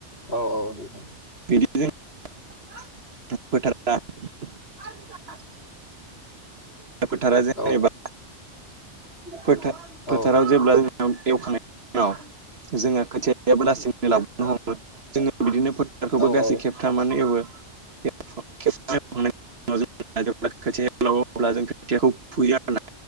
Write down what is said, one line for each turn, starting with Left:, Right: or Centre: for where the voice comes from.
Left: औ औ नंगौ।
Right: बिदि जों <unintelligible> फोथारा जेनेबा
Left: औ
Right: फोथार
Left: औ
Right: फोथाराव
Left: औ
Right: जेब्ला जों एवखांनायनायनि उनाव जोङो खोथियाबो लासिनो लावबोननो हमो जोङो बिदिनो फोथारखौबो
Left: औ
Right: गासै खेबथामानो एवो। खेबथाम एवखांनायनायनि उनाव जोङो जेब्ला खोथिया लावो अब्ला जों खोथियाखौ फुयो आरो ना।